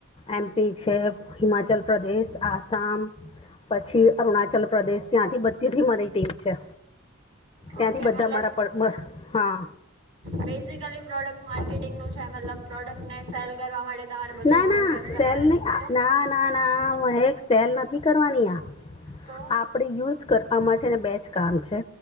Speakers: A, on the left; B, on the right.
A: એમપી છે. હિમાચલ પ્રદેશ, આસામ પછી અરુણાચલ પ્રદેશ ત્યાંથી બધીથી મારી ટીમ છે. ત્યાંથી
B: ઓકે
A: બધા
B: મતલબ
A: મારા પર હા
B: બેઝિકલી પ્રોડક્ટ માર્કેટિંગનું છે મતલબ પ્રોડક્ટને સેલ કરવા માટે તમારે બધું
A: ના ના
B: પ્રોસેસ કરવાની
A: સેલ ને,
B: તો
A: ના, ના, ના મહેક સેલ નથી કરવાની આ.
B: તો
A: આપણેે યુઝ કર આમા છેને બે જ કામ છે.